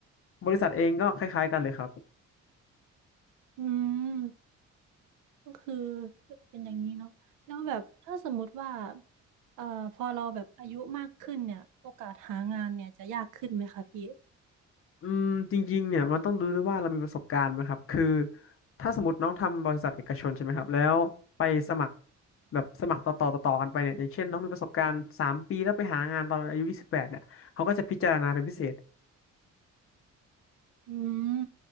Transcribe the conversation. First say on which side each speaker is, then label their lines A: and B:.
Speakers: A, on the left; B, on the right.
A: บริษัทเองก็คล้ายๆกันเลยครับ
B: อืม ก็คือก็เป็นอย่างนี้เนาะแล้วแบบถ้าสมมุติว่าเอ่อพอเราแบบอายุมากขึ้นเนี่ยโอกาสหางานเนี่ยจะยากขึ้นไหมคะพี่
A: อืมจริงๆเนี่ยมันต้องดูด้วยว่าเรามีประสบการณ์ไหมครับคือถ้าสมมติน้องทำบริษัทเอกชนใช่ไหมครับแล้วไปสมัครแบบสมัครต่อต่อต่อต่อกันไปเนี่ยอย่างเช่นน้องมีประสบการณ์สามปีแล้วไปหางานตอนอายุยี่สิบแปดเนี่ยเขาก็จะพิจารณาเป็นพิเศษ
B: อืม